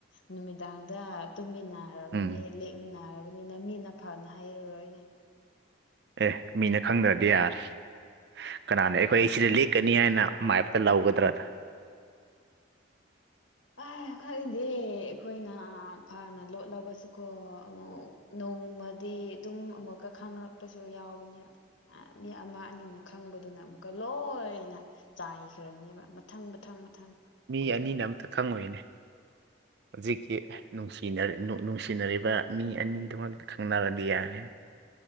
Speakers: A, on the left; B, on the right.
A: ꯅꯨꯃꯤꯗꯥꯡꯗ ꯇꯨꯝꯃꯤꯟꯅ ꯅꯥꯔꯕꯅꯤ
B: ꯎꯝ
A: ꯂꯦꯛꯃꯤꯟꯅꯔꯕꯅꯤꯅ ꯃꯤꯅ ꯐꯅ ꯍꯩꯔꯔꯣꯏꯅꯦ
B: ꯑꯦ ꯃꯤꯅ ꯈꯪꯗꯔꯗꯤ ꯌꯥꯔꯦ ꯀꯅꯥꯅ ꯑꯩꯈꯣꯏ
A: ꯎꯝ
B: ꯁꯤꯗ
A: ꯎꯝ
B: ꯂꯦꯛꯀꯅꯤ ꯍꯥꯏꯅ ꯃ꯭ꯌꯦꯞ ꯂꯧꯒꯗ꯭ꯔꯥꯗ
A: ꯑ ꯈꯪꯗꯦ ꯑꯩꯈꯣꯏꯅ ꯐꯅ ꯂꯣꯠꯂꯕꯁꯨꯀꯣ ꯑꯃꯨꯛ ꯅꯣꯡꯃꯗꯤ ꯑꯗꯨꯝ ꯑꯃꯨꯛꯀ ꯈꯪꯉꯛꯄꯁꯨ ꯌꯥꯎꯕꯅꯦꯕ ꯃꯤ ꯑꯃ ꯑꯅꯤꯅ ꯈꯪꯕꯗꯨꯅ ꯑꯃꯨꯛꯀ ꯂꯣꯏꯅ ꯆꯥꯏꯈ꯭ꯔꯅꯦꯕ ꯃꯊꯪ ꯃꯊꯪ ꯃꯊꯪ
B: ꯃꯤ
A: ꯑꯣꯏꯅ
B: ꯑꯅꯤꯅ ꯑꯝꯇ ꯈꯪꯉꯣꯏꯅꯦ ꯍꯧꯖꯤꯛꯀꯤ ꯅꯨꯡꯁꯤ ꯅꯨꯡꯁꯤꯅꯔꯤꯕ ꯃꯤ ꯑꯅꯤꯗꯃꯛꯇ ꯈꯪꯅꯔꯗꯤ ꯌꯥꯔꯦ